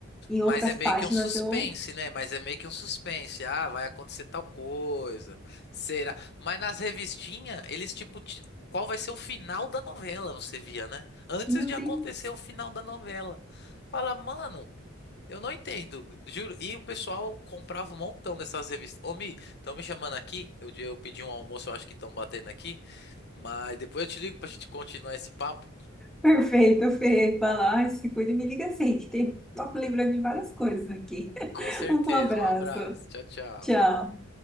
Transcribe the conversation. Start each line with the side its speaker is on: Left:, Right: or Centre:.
Centre: em
Left: mas
Centre: outras
Left: é meio
Centre: páginas
Left: que um suspense,
Centre: eu.
Left: né? Mas é meio que um suspense. Ah, vai acontecer tal coisa. Será? Mas nas revistinhas, eles tipo, ti- qual vai ser o final da novela, você via, né? Antes
Centre: Meu
Left: de
Centre: Deus.
Left: acontecer o final da novela. Fala, mano, Eu não entendo, juro. E o pessoal comprava um montão dessas revistas. Ô, Mi, estão me chamando aqui. Eu, eu pedi um almoço, eu acho que estão batendo aqui. Mas depois eu te ligo pra gente continuar esse papo.
Centre: Perfeito, Fê. Vai lá, se cuida e me liga assim, que tem, tô lembrando de várias coisas aqui.
Left: Com certeza.
Centre: Um abraço.
Left: Um abraço. Tchau, tchau.
Centre: Tchau.